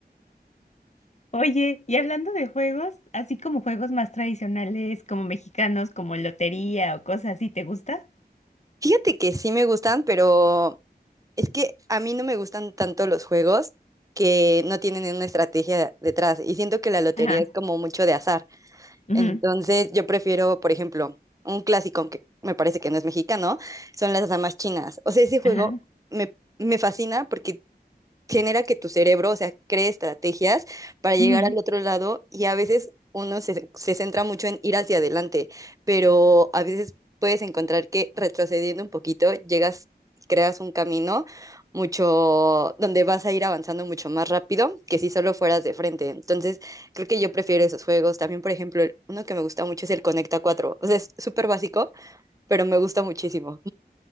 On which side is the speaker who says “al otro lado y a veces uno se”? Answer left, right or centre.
Right